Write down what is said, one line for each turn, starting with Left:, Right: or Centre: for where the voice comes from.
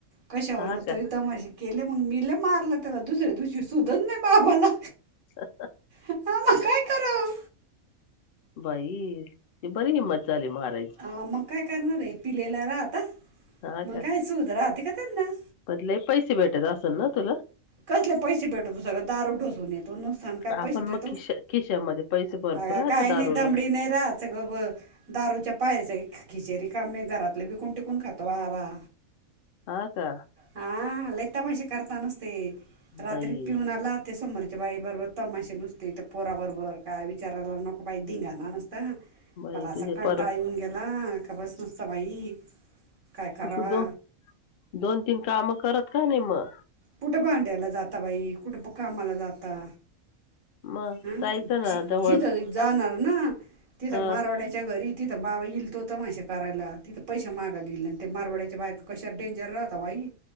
Right: कशावरन,
Left: हा का
Right: तरी तमाशे केले. म्हणून मी, लय मारलं त्याला, दुसऱ्या दिवशी, सुधच नाही बाबाला.
Left: <inaudible>
Right: हा, मग काय कराव.
Left: बाई, ती बरी हिंमत, झाली मराय
Right: ह, मग काय करणार आहे, <inaudible> राहता
Left: हा
Right: मग
Left: का
Right: काय, सूद राहते का त्यांना.
Left: पण, लय पैसे भेटत असेल ना तुला?
Right: कसले, पैसे भेटतू सगळं <inaudible> ढोसून येतो, नुकसान काय
Left: आपण
Right: पैसे देतो
Left: मग खिश खिशामध्ये पैसे भरपूर
Right: अग,
Left: राहत
Right: काही
Left: दारूला
Right: नाही, दमडी नाही राहाच ग <inaudible> पायरीच खिचरी काम नाही, घरातलं बिकून टिकून खातो बाबा.
Left: हा, का,
Right: हा, लय तमाशे करता, नुसते रात्रीत
Left: बाई
Right: <inaudible> आला ते, समोरच्या बाई बरोबर, तमाशे नुसते, त्या पोराबरोबर, काय विचारायला नको, बाई धिंगाणा नुसता.
Left: बाई
Right: मला, असा
Left: तुझे
Right: कनटाळ
Left: पर
Right: येवून गेला, कि बस नुसत बाई काय करवा,
Left: तू दो दोन, तीन, काम करत का नाही मग?
Right: कुठं, भांड्याला जाता बाई, कुठुं, - प कामाला जाता.
Left: मग
Right: हा,
Left: जायचं ना जवळच
Right: जिथं जाणार ना, तिथं
Left: ह
Right: मारवाड्याच्या घरी, तिथं, बाबा येईल तो, तमाशा करायला, तिथं पैसे मागाला येईल, आणि ते मारवाड्याच्या, बायका कशा डेंजर राहत. आता बाई,